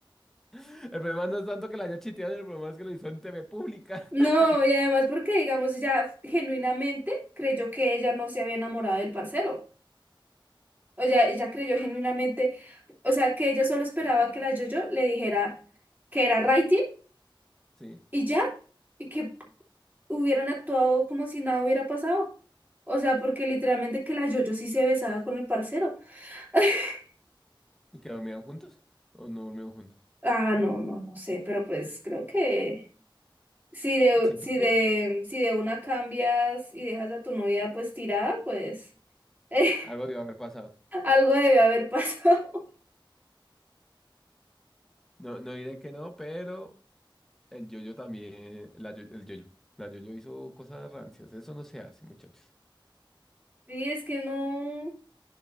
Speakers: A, in the centre; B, on the right (about 20°).
A: El problema no es tanto que la haya chiteado, el problema es que lo hizo en TV pública.
B: No,
A: <laughs>
B: y además porque, digamos, ella genuinamente creyó que ella no se había enamorado del parcero. O sea, ella creyó genuinamente, o sea, que ella solo esperaba que la Jojo le dijera que era Righty
A: Sí.
B: y ya, y que hubieran actuado como si nada hubiera pasado. O sea, porque literalmente que la Jojo sí se besaba con el parcero. <laughs>
A: ¿Y que dormían juntos? ¿O no dormían juntos?
B: Ah, no, no, no sé, pero pues creo que si de,
A: ¿Se
B: si
A: intuye?
B: de, si de una cambias y dejas a tu novia pues tirada, pues... <laughs>
A: Algo debió haber pasado.
B: Algo debe haber pasado. <laughs>
A: No, no diré que no, pero el yoyo también, la yo- el yoyo. La yoyo hizo cosas rancias. Eso no se hace, muchachos.
B: Sí, es que no,